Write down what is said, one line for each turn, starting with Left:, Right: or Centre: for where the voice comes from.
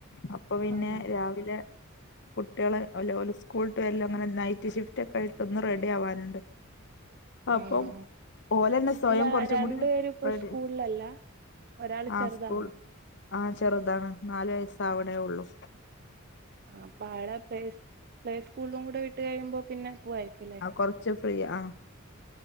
Left: അപ്പൊ അപ്പൊ പിന്നെ
Right: ആഹ്
Left: രാവിലെ കുട്ടികള് ഓല് ഓല് സ്കൂൾ വിട്ട് <unintelligible> ഒന്നായിട്ട് ഷിഫ്റ്റ് ഒക്കെ ആയിട്ടൊന്ന് റെഡി ആവാനുണ്ട് അപ്പം
Right: ആഹ്
Left: അല്ലന്നെ സ്വയം
Right: അല്ല
Left: കൊറച്ചും
Right: രണ്ടു
Left: കൂടി
Right: പേരും ഇപ്പൊ
Left: റെഡി
Right: സ്കൂളിലല്ല ഒരാള്
Left: ആഹ്
Right: ചെറുതാണോ
Left: സ്കൂൾ ആഹ് ചെറുതാണ് നാലു വയസ്സ് ആവണേ ഉള്ളൂ
Right: ആഹ് അപ്പൊ ആടെ പ്ലേ സ് പ്ലേ സ്കൂളിലും കൂടെ വിട്ട് കഴിയുമ്പോൾ പിന്നെ പോവായിരിക്കുലേ
Left: അഹ് കൊറച്ച് ഫ്രീ ആഹ്